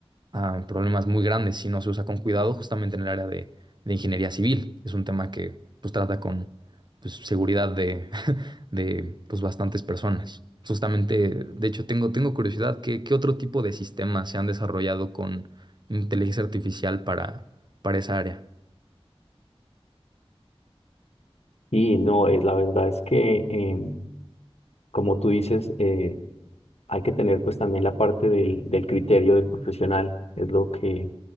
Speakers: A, on the right; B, on the left.
A: ah, problemas muy grandes si no se usa con cuidado, justamente en el área de, de ingeniería civil. Es un tema que, pues, trata con, pues, seguridad de pues, bastantes personas. Justamente, de hecho, tengo, tengo curiosidad, ¿qué, qué otro tipo de sistemas se han desarrollado con inteligencia artificial para, para esa área?
B: Y no, es la verdad es que, eh, como tú dices, eh, hay que tener pues también la parte del, del criterio del profesional, es lo que...